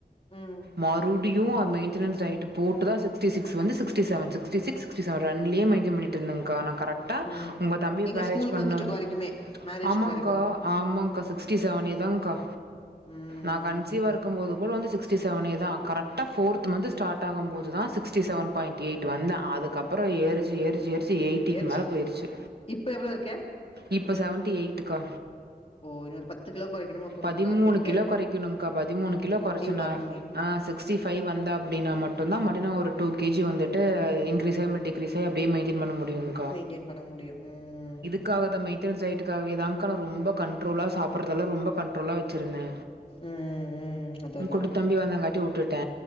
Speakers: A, on the left; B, on the right.
A: ம்,
B: மறுடியு மெயின்டனன்ஸ் டயட் போட்டுதா சிக்ஸ்டி சிக்ஸ் வந்து sixty seven sixty six sixty seven ரன்னிங்லயே மெயின்டன் பண்ணிட்டு இருந்தங்கா நா கரெக்டா
A: ம்.
B: உங்க தம்பி
A: எங்க
B: மேரேஜ்
A: ஸ்கூலுக்கு
B: பண்ணும்
A: வந்துட்டு இருக்க வரைக்குமே. மேரேஜ்க்கு
B: ஆமாங்கா
A: வரைக்கும்.
B: ஆமாங்கா சிக்ஸ்டி செவனே தாங்கா
A: ம்.
B: நா கன் சிவா இருக்கும்போது கூட வந்து சிக்ஸ்டி செவனே தா கரக்ட்ட ஃபோர்த் மந்த் ஸ்டார்ட் ஆகும் போ தா சிக்ஸ்டி செவன் பாயிண்ட் எயிட் வந்த அதுக்கப்பறோ ஏரி ஏரிச்சி எரிச்சி எயிட்டிக்கு
A: எச்
B: மேல போய்ர்ச்சு
A: இப்ப எவ்வளோ இருக்க?
B: இப்ப செவன்டி எயிட்டுக்கா
A: ஓ! இன்னொரு கிலோ குறைக்கணுமா அப்ப உன்னோட
B: பதிமூணு
A: டார்கெட்டுக்கு?
B: கிலோ கொறைக்கணுங்கா பதிமூணு கிலோ கொறச்சனா
A: வரணும் நீ.
B: ஆ சிக்ஸ்டி ஃபை வந்த அப்டின்னா மட்டுதா மட்டனா ஒரு டூ கேஜி வந்துட்டு இன்கிரிஸ் ம் டிக்ரீஸ் ம் அப்டியே மெயி டென் பன்ன முடியுங்கா
A: டேன் பண்ண முடியு ம்
B: அதுக்காவ தா மெயின்டெனன் சைட்டுக்காகவேதாங்க நா ரொம்ப கண்ட்ரோலா சாப்பறதல்லா ரொம்ப கண்ட்ரோலா வச்சிருந்தே
A: ம் ம் ம் அதான், அதான்.
B: கூட்ட தம்பி வந்தங்காட்டி வுட்டுட்டே